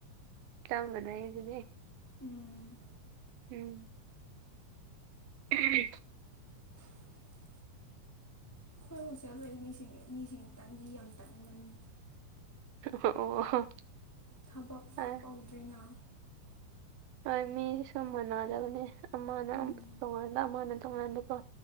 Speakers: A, on the right; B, on the left.
A: ꯆꯄ ꯃꯅꯩ ꯑꯩꯗꯨꯅꯦ꯫
B: ꯎꯝ꯫
A: ꯎꯝ꯫ ꯎꯝ <unintelligible>
B: <unintelligible> ꯑꯈꯣꯏ ꯍꯣꯁꯇꯦꯜ ꯂꯩ ꯃꯤꯁꯤꯡ ꯃꯤꯁꯤꯡ ꯇꯥꯟꯗꯤ ꯌꯥꯝ ꯇꯥꯟꯕꯅꯤ꯫
A: ꯑꯣ꯫
B: ꯊꯕꯛ ꯄꯥꯛꯀꯧꯗ꯭ꯔꯤꯉꯥ꯫
A: ꯑ ꯍꯣꯏ ꯃꯤꯁꯨ ꯃꯥꯟꯅꯗꯕꯅꯦ ꯑꯃꯅ
B: ꯎꯝ
A: ꯇꯣꯡꯉꯟꯥꯟꯕ ꯑꯃꯅ ꯇꯣꯡꯉꯟꯥꯟꯕꯀꯣ꯫